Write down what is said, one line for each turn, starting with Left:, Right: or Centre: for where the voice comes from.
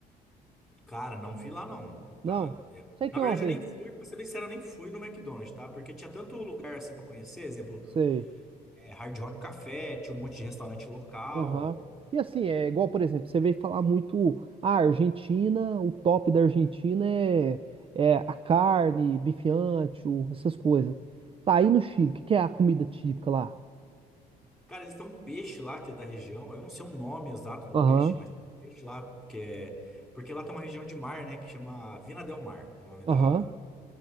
Centre: Cara, não vi lá não,
Right: Não.
Centre: tá? É,
Right: Sei
Centre: Na
Right: que é
Centre: verdade,
Right: uma vez.
Centre: eu nem fui, pra ser bem sincero, eu nem fui no McDonald's, tá? Porque tinha tanto lugar assim pra conhecer, exemplo,
Right: Sei.
Centre: É Hard Rock Café, tinha um monte de restaurante local.
Right: Aham. E assim, é igual, por exemplo, você veio falar muito, ah, Argentina, o top da Argentina é, é a carne, bife ancho, essas coisas. Tá aí no Chile, o que que é a comida típica lá?
Centre: Cara, eles têm um peixe lá que é da região. Eu não sei o nome exato do
Right: Aham.
Centre: peixe, mas tem um peixe lá que é. Porque lá tem uma região de mar, né? Que chama Vina del Mar, o nome
Right: Aham.
Centre: da,